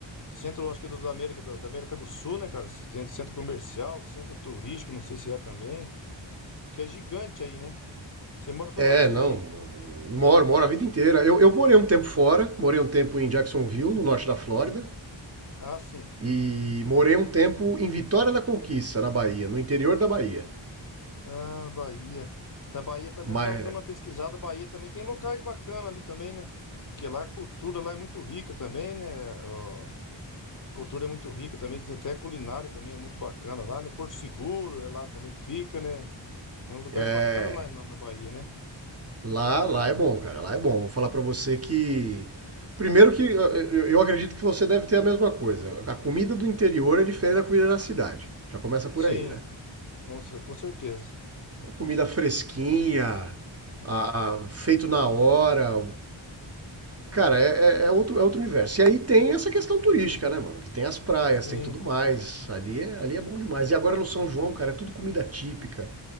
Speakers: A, on the left; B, on the right.
A: centro, acho que é do- da América do, da América do Sul, né, cara? Centro, centro comercial, centro turístico, não sei se é também, porque é gigante aí, né? Você mora toda
B: É,
A: a vida
B: não.
A: aí?
B: Moro, moro a vida inteira. Eu, eu morei um tempo fora, morei um tempo em Jacksonville, no norte da Flórida,
A: Ah, sim.
B: e morei um tempo em Vitória da Conquista, na Bahia, no interior da Bahia.
A: Ah, Bahia. Na Bahia também
B: Mas
A: eu tava dando uma pesquisada, A Bahia também tem locais bacanas ali também, né? Porque lá a cultura lá é muito rica também, né? Ó, a cultura é muito rica também, tem até a culinária também é muito bacana lá, né? Porto Seguro é lá também que fica, né? Tem uns lugares
B: é,
A: bacanas lá na na Bahia, né?
B: lá, lá é bom, cara, lá é bom. Vou falar pra você que primeiro que eu, eu- eu acredito que você deve ter a mesma coisa. A comida do interior é diferente da comida da cidade. Já começa por
A: Sim,
B: aí, né?
A: com, cer- com certeza.
B: Comida fresquinha, a- a- feito na hora, Cara, é, é- é outro, é outro universo. E aí tem essa questão turística, né, mano? Que tem as praias,
A: Sim,
B: tem tudo mais. Ali é, ali é bom demais. E agora no São João, cara, é tudo comida típica.